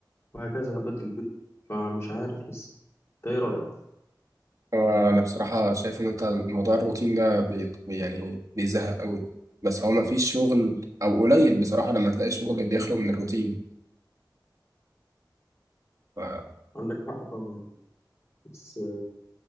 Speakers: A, on the left; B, on the right.
A: وهكذا هبدل بينهم فمش عارف لسه أنت إيه رأيك؟
B: انا بصراحة شايف ان انت موضوع الروتين ده بي بي- يعني بيزهق قوي بس هو مفيش شغل او قليل بصراحة لما تلاقي شغل بيخلو من الروتين ف...
A: عندك حق طبعا بس